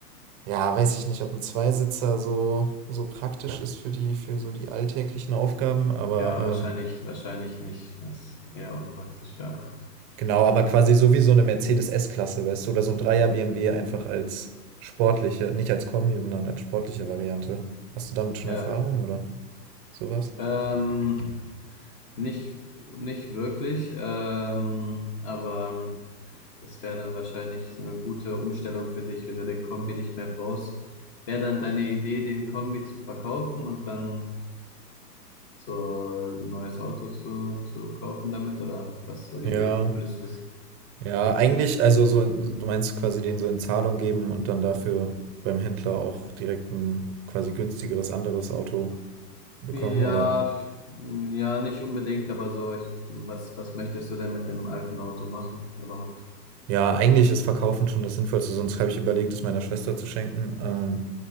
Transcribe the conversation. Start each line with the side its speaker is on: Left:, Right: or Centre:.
Right: Ja, weiß ich nicht, ob ein Zweisitzer so, so praktisch ist für die, für so die alltäglichen Aufgaben, aber
Left: Ja,
Right: ähm,
Left: wahrscheinlich, wahrscheinlich nicht. Das ist eher unpraktisch, ja.
Right: genau, aber quasi so wie so eine Mercedes S-Klasse, weißt du, oder so ein Dreier BMW einfach als sportliche, nicht als Kombi, sondern als sportliche Variante. Hast du damit schon
Left: Ja,
Right: Erfahrung oder sowas?
Left: ähm, nicht, nicht wirklich, ähm, aber ähm, Das wäre dann wahrscheinlich eine gute Umstellung für dich, wenn du den Kombi nicht mehr brauchst. Wäre dann deine Idee, den Kombi zu verkaufen und dann so ein neues Auto zu, zu kaufen damit? Oder was ist so die
Right: Ja,
Left: Idee? Würdest du das?
Right: ja, eigentlich, also so, in- du meinst quasi den so in Zahlung geben und dann dafür beim Händler auch direkt ein quasi günstigeres anderes Auto bekommen,
Left: Ja,
Right: oder?
Left: ja, nicht unbedingt, aber so, ich, was, was möchtest du denn mit dem alten Auto machen überhaupt?
Right: Ja, eigentlich ist Verkaufen schon das Sinnvollste, sonst habe ich überlegt, es meiner Schwester zu schenken. Ähm,